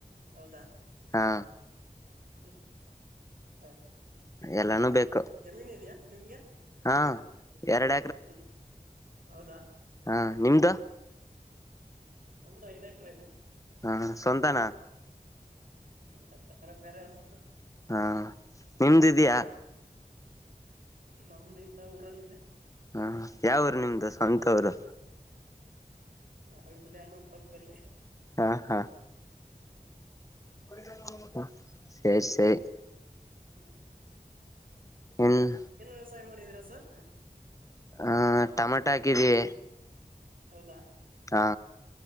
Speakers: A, on the right; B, on the left.
A: ಹೌದಾ.
B: ಹಾ.
A: ಹ್ಮ್ ಆಯ್ತ.
B: ಎಲ್ಲಾನು ಬೇಕು.
A: ಜಮೀನ್ ಇದೆಯಾ ನಿಮ್ಗೆ.
B: ಹಾ ಎರಡ.
A: ಹ್ಮ್ ಹೌದಾ.
B: ಹಾ ನಿಮ್ದ.
A: ನಮ್ದ್ ಐದ್ ಎಕರ ಐತೆ.
B: ಹಾ ಸ್ವಂತನಾ.
A: ಮ ಎಲ್ಲರ ಬೇರೆ ಅವ್ರದು ಸರ್.
B: ಹಾ ನಿಮ್ದ ಇದಯಾ
A: <unintelligible> ನಮ್ದ ಇಲ್ಲ ಊರಲ್ಲಿ ಇದೆ.
B: ಹಾ ಯಾವುರು ನಿಮ್ದು ಸ್ವಂತ ಊರು.
A: ನಾವಿಲ್ಲೆ ಹೊಣೂರ್ ಪಕ್ಕದಲ್ಲೇ.
B: ಹಾ ಹಾ. <unintelligible>
A: ಹ್ಮ್
B: ಹ್ಮ್.
A: ಏನ್ ವ್ಯವಸಾಯ ಮಾಡಿದೀರಾ ಸರ್.
B: ಹಹ ಟಮ್ಯಾಟೊ ಹಾಕಿದೀವಿ.
A: ಹೌದಾ.
B: ಹಾ.